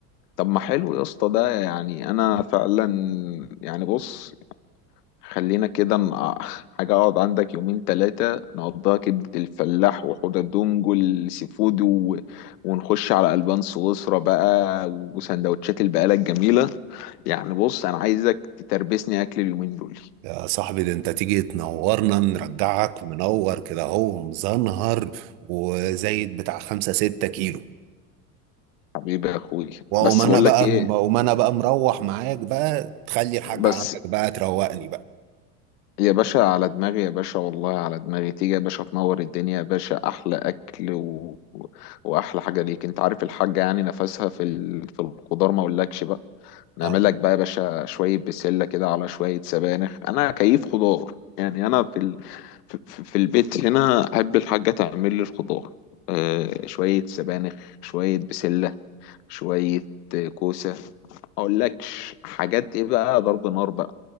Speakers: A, on the left; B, on the right.
A: طب ما حلو يا اسطى ده يعني انا فعلا يعني بص خلينا كده ن- <laughs> حاجة اقعد عندك يومين تلاتة نقضيها كبدة الفلاح وحوض الدونج والسي فود و... ونخش على ألبان سويسرا بقى وسندوتشات البقالة الجميلة يعني بص انا عايزك تتربسني اكل اليومين دول
B: يا صاحبي ده انت تيجي تنورنا نرجعك منور كده هو مزنهر وزايد بتاع خمسة ستة كيلو
A: حبيبي يا اخوي
B: واقوم
A: بس
B: انا
A: بقول
B: بقى
A: لك ايه
B: واقوم انا بقى مروح معاك بقى تخلي الحاجة
A: بس
B: عندك بقى تروقني بقى
A: يا باشا على دماغي يا باشا والله على دماغي تيجي يا باشا تنور الدنيا يا باشا احلى اكل و... واحلى حاجه ليك انت عارف الحاجه يعني نفسها في ال... في الخضار ما اقولكش بقى نعمل
B: اه
A: لك بقى يا باشا شويه بسله كده على شويه سبانخ انا كيف خضار يعني انا في ال... في في- في البيت هنا احب الحاجه تعمل لي الخضار آه شويه سبانخ شويه بسله شويه آه، كوسه ما اقولكش حاجات ايه بقى ضرب نار بقى